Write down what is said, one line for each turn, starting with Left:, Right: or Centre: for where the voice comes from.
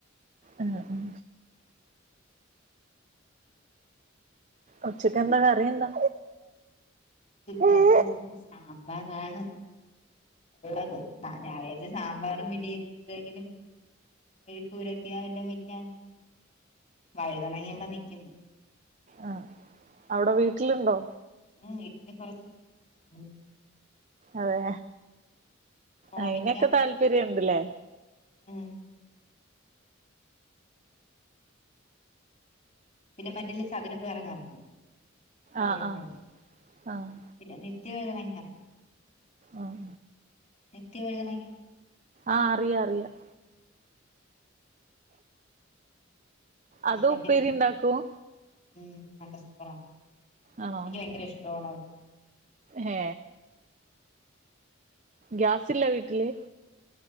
Right: ആഹ ഉ ഉച്ചക്ക എന്ത കറി എന്താ
Left: ഇെ
Right: ആഹ്
Left: സാമ്പാറാണ് അതെ ഞായ് സാമ്പാറും പിനി എന്തെങ്കിലും മെയ്ക്പുരട്ടിയോഎ തൊ വെക്കാ വഴുതണങ്ങി ഇമ്മടെ നിൽക്കുന്നു
Right: ആഹ് അവിടെ വീട്ടിലുണ്ടോ
Left: ഉ വീട്ടന് കൊറച്ചൊക്കെ കൃഷിയാണ്
Right: അതെ
Left: കോവയ്ക്ക
Right: അയിനൊക്കെ താല്പര്യംണ്ട്ല്ലേ
Left: ഉം പിന്നെ മറ്റില് ചതുരപ്പയർ കറ ചതുരപ്പേറെ
Right: ആഹ് ആഹ് ആഹ്
Left: പിന്നെ നിത്യവഴുതണങ്ങ
Right: ആഹ്
Left: നിത്യവഴുതണങ്ങ
Right: ആഹ് അറിയ അറിയാം അത്
Left: അ നട്ടിട്ടുണ്ട്
Right: ഉപ്പേരി ഉണ്ടാക്കും
Left: ഉ നല്ല സൂപ്പറാ
Right: ആണോ
Left: എനിക്ക് ഭയങ്കര ഇഷ്ടമാണ് അത്
Right: ഏ ഗ്യാസ് ഇല്ല വീട്ടില്